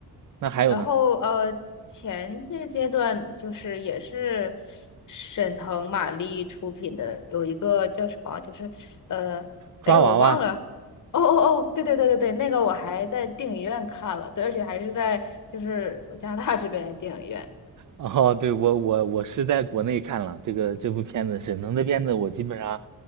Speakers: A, on the right; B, on the left.
A: 那还有呢，
B: 然后呃，前些阶段就是也是沈腾、马丽出品的，有一个叫什么，就是呃，
A: 抓娃娃。
B: 哎，我忘了。哦哦哦，对对对对对，那个我还在电影院看了，对，而且还是在就是加拿大这边的电影院。
A: 哦，对，我我我是在国内看了这个这部片子，沈腾的片子我基本上